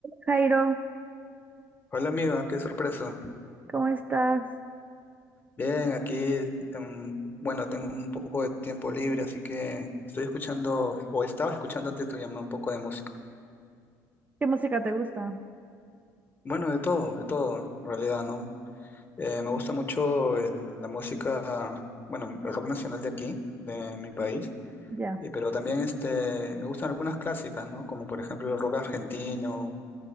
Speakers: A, on the right; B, on the left.
A: Jairo,
B: Hola amiga, qué sorpresa.
A: ¿cómo estás?
B: Bien, aquí, em, bueno, tengo un poco de tiempo libre, así que estoy escuchando, o estaba escuchando antes de tu llamada un poco de música.
A: ¿Qué música te gusta?
B: Bueno, de todo, de todo, en realidad, ¿no? Eh, me gusta mucho el- la música, bueno, el rock nacional de aquí, de mi país,
A: Ya,
B: y- pero también este, me gustan algunas clásicas, ¿no? Como por ejemplo el rock argentino.